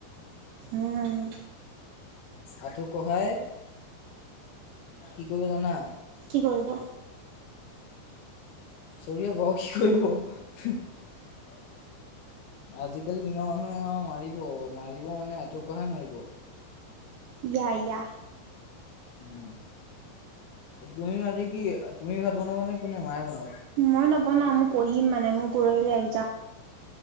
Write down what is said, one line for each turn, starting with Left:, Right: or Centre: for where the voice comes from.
Right: উম।
Left: আঁঠু কহাই কি কৰিব জানা।
Right: কি কৰিব?
Left: চৰিয়া ব আৰু কি কৰিব। আজিকালি দিনৰ মানুহে মাৰিব মাৰিব মানে আঠু কহাই মাৰিব।
Right: ইয়া ইয়া।
Left: উম, তুমি আজি কি তুমি ভাত বনাবা নে কোনে মায়ে বনাব।
Right: মই নবনাও মই পঢ়িম মানে মোৰ পুৰহিলে এক